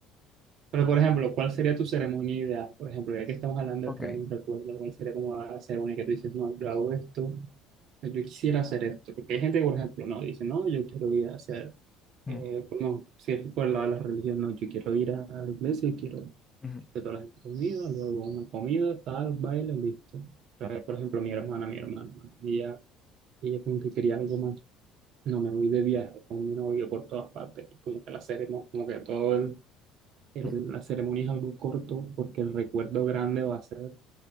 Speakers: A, on the right (about 55°); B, on the left (about 25°).
A: Pero, por ejemplo, ¿cuál sería tu ceremonia ideal? Por ejemplo, ya que estamos hablando
B: Ok.
A: de crear un recuerdo, ¿cuál sería como la ceremonia que tú dices, no, yo hago esto, yo quisiera hacer esto? Porque hay gente que, por ejemplo, no, dice, no, yo quiero ir a hacer,
B: Mm,
A: eh, no, si es por la, la religión, no, yo quiero ir a la iglesia, y quiero
B: ujú,
A: de todas las comidas, luego una comida, tal, baile, listo. Eh, Por ejemplo, mi hermana, mi hermana, ella, ella como que quería algo más. No, me voy de viaje con mi novio por todas partes. Y como que la ceremonia, como que todo el, el-
B: ujú.
A: la ceremonia es algo corto porque el recuerdo grande va a ser